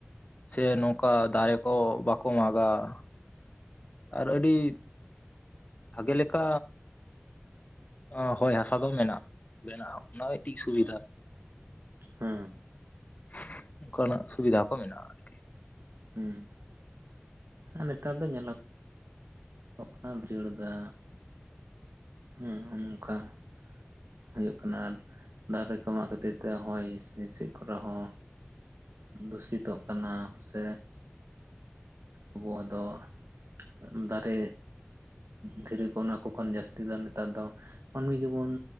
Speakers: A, on the left (about 35°); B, on the right (about 75°).
A: ᱥᱮ ᱱᱚᱝᱠᱟ ᱫᱟᱨᱮ ᱠᱚ ᱵᱟᱠᱚ ᱢᱟᱜᱟ ᱾ ᱟᱨ ᱟᱹᱰᱤ ᱵᱷᱟᱜᱮ ᱞᱮᱠᱟ ᱟᱸ ᱦᱚᱭ ᱦᱟᱥᱟ ᱫᱚ ᱢᱮᱱᱟᱜ-ᱟ ᱢᱮᱱᱟᱜ-ᱟ ᱚᱱᱟ ᱢᱤᱫᱴᱤᱡ ᱥᱩᱵᱤᱫᱷᱟ ᱾
B: ᱦᱮᱸ
A: <inaudible> ᱚᱱᱠᱟᱱᱟᱜ ᱥᱩᱵᱤᱫᱟ ᱠᱚ ᱢᱮᱱᱟᱜ-ᱟ ᱟᱨᱠᱤ ᱾
B: ᱦᱩᱸ ᱟᱨ ᱱᱮᱛᱟᱨ ᱫᱚ ᱧᱮᱞᱚᱜᱚᱜ <inaudible> ᱠᱟᱱᱟ <unintelligible> ᱮᱫᱟ ᱦᱮᱸ ᱦᱮᱸ ᱱᱚᱝᱠᱟ <inaudible> ᱦᱩᱭᱩᱜ ᱠᱟᱱᱟ ᱟᱨ ᱫᱟᱨᱮ ᱠᱚ ᱢᱟᱜ ᱠᱷᱟᱹᱛᱤᱨ ᱛᱮ ᱦᱚᱭ ᱦᱤᱸᱥᱤᱫ ᱠᱚᱨᱮ ᱦᱚᱸ ᱫᱩᱥᱤᱛᱚᱜ ᱠᱟᱱᱟ ᱥᱮ ᱟᱵᱚᱣᱟᱜ ᱫᱚ <inaudible> ᱫᱟᱨᱮ ᱫᱷᱤᱨᱤ ᱠᱚ ᱚᱱᱟ ᱠᱚ ᱠᱷᱚᱱ ᱡᱟᱹᱥᱛᱤ ᱫᱚ ᱱᱮᱛᱟᱨ ᱫᱚ ᱢᱟᱹᱱᱢᱤ ᱜᱮᱵᱚᱱ